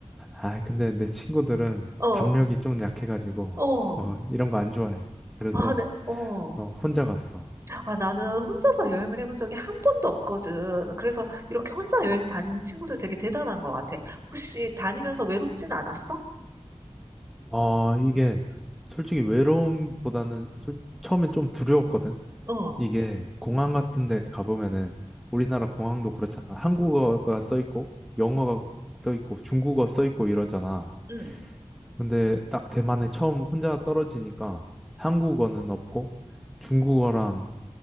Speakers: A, in the centre; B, on the right.
A: 아, 근데 내 친구들은
B: 어.
A: 담력이 좀 약해가지고,
B: 어.
A: 어, 이런 거 안 좋아해. 그래서,
B: 아, 네. 어.
A: 어, 혼자 갔어.
B: 아, 나는 혼자서 여행을 해본 적이 한 번도 없거든. 그래서 이렇게 혼자 여행 다니는 친구들 되게 대단한 것 같아. 혹시 다니면서 외롭진 않았어?
A: 아, 이게, 솔직히 외로움보다는 솔- 처음엔 좀 두려웠거든?
B: 어.
A: 이게, 공항 같은 데 가보면은, 우리나라 공항도 그렇잖아. 한국어가 써 있고, 영어가 써 있고, 중국어 써 있고 이러잖아.
B: 응.
A: 근데 딱 대만에 처음 혼자 떨어지니까 한국어는 없고 중국어랑